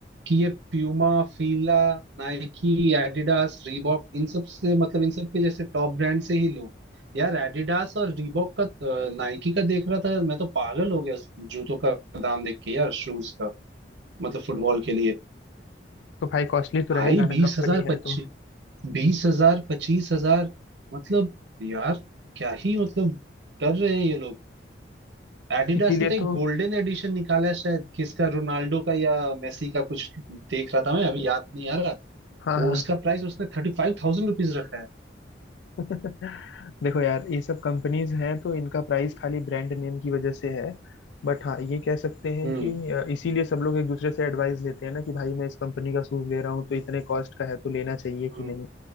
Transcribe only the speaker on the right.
कि ये Puma Fila Nike Adidas Reebok इन सब से मतलब इन सब के जैसे टॉप ब्रांड से ही लूं यार एडिडास और रीबॉक का नाइकी का देख रहा था मैं तो पागल हो गया जूतों का दाम देख के यार शूज का मतलब फुटबॉल के लिए
भाई
बीस
हजार
पच्चीस
बीस हजार पच्चीस हजार मतलब यार क्या ही मतलब कर रहे हैं ये लोग एडिडास
ने तो एक
गोल्डन एडिशन निकाला है शायद किसका रोनाल्डो का या मेसी का कुछ देख रहा था मैं अभी याद नहीं आ रहा
वो
उसका प्राइस उसने थर्टी फाइव थाउजेंड रुपीज रखा है
हम्म
हम्म